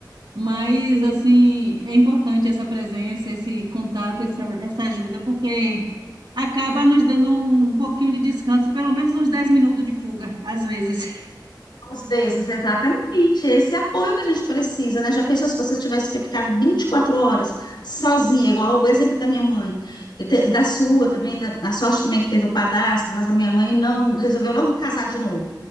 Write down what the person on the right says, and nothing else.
Mas, assim, é importante essa presença, esse contato, essa, essa ajuda, porque acaba nos dando um um pouquinho de descanso, pelo menos uns 10 minutos de fuga, às vezes.